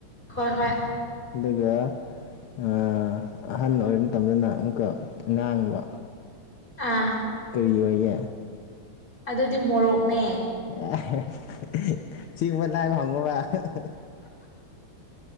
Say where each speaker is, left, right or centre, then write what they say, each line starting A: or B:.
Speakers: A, on the left; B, on the left.
A: ꯍꯣꯏ ꯍꯣꯏ
B: ꯑꯗꯨꯒꯥ ꯑꯥ ꯑꯍꯟ ꯑꯣꯏꯕ ꯃꯇꯝꯗꯅ ꯑꯃꯨꯛꯀ ꯉꯥꯡꯕ
A: ꯑꯥ
B: ꯀꯔꯤ ꯑꯣꯏꯒꯦ
A: ꯑꯗꯨꯗꯤ ꯃꯣꯔꯣꯛꯅꯦ
B: ꯑꯥ ꯍꯦ ꯍꯦ ꯁꯤꯒꯨꯝꯕ ꯂꯥꯏꯕ ꯍꯪꯉꯣꯔꯥ ꯍꯥ ꯍꯥ